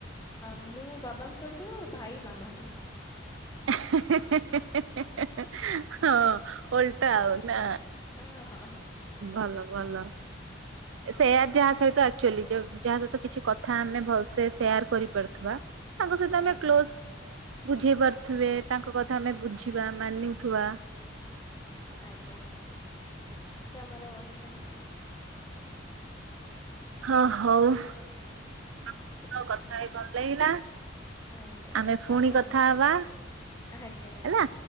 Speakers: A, on the left (about 15°); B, on the right (about 85°).
A: ମୁଁ ବାବାଙ୍କଠୁ ଭାଇ ମାମାଠୁ
B: ହ <inaudible> ହଁ ଉଲଟା ଆଉନା
A: ଓହୋ
B: ଭଲ ଭଲ ସେୟାର ଯାହା ସହିତଚୁଆ ଯାହା ସହିତ କିଛି କଥା ଆମେ ଭଲସେ ସେୟାର କରିପାରୁଥିବା ତାଙ୍କ ସହିତ ଆମେ
A: ଆଜ୍ଞା
B: କ୍ଲୋଜ ବୁଝେଇ ପାରୁ ଥେ ତାଙ୍କ କଥା ଆମେ ବୁଝିବା ମାନୁଥିବା
A: ଆଜ୍ଞା ତ ଆମର ଓଲଟା ହେଇଯାଏ
B: ହଁ ହଉ ଆମ ସହିତ
A: ଆ-
B: କଥା ଭଲ ଲାଗିଲା
A: ଆଜ୍ଞା
B: ଆମେ ପୁଣି
A: ଆପଣଙ୍କ
B: କଥା
A: ସହିତ
B: ହବା
A: ଆଜ୍ଞା ଆଜ୍ଞା
B: ହେଲା